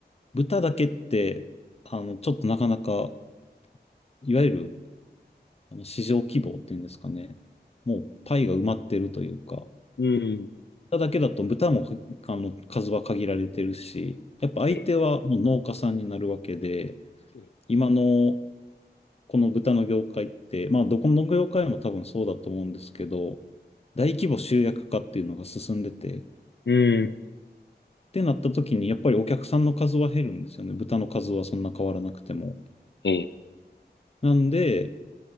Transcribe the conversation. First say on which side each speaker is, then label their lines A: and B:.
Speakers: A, on the left; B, on the left.
A: 豚だけって、あの、ちょっとなかなか、いわゆる、あの、市場規模っていうんですかね。もう、パイが埋まってるというか、
B: うん。
A: 豚だけだと豚もかあの数は限られてるし、やっぱ相手はもう農家さんになるわけで、
B: え、ええ
A: 今のこの豚の業界って、まあどこの業界も多分そうだと思うんですけど、大規模集約化っていうのが進んでて、っ
B: うん。
A: てなった時にやっぱりお客さんの数は減るんですよね。豚の数はそんな変わらなくても。
B: ええ、
A: なんで、